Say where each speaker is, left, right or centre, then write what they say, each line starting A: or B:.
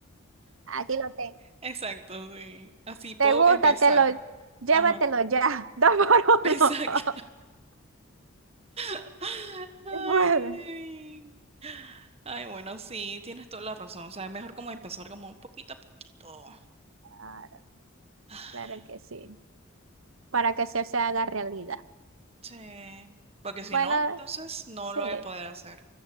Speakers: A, on the right; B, on the right.
A: aquí lo tengo.
B: Exacto, sí. Así puedo
A: te gusta,
B: empezar.
A: te lo, llévatelo
B: Ajá.
A: ya, <laughs> dos por
B: Exacto.
A: uno. <laughs>
B: <laughs> Ay,
A: se puede.
B: ay. Ay, bueno, sí, tienes toda la razón. O sea, es mejor como empezar como un poquito a poquito.
A: Claro,
B: <sighs>
A: claro que sí, para que se, se haga realidad.
B: Sí. Porque si
A: Bueno,
B: no, entonces no
A: sí,
B: lo voy a poder hacer.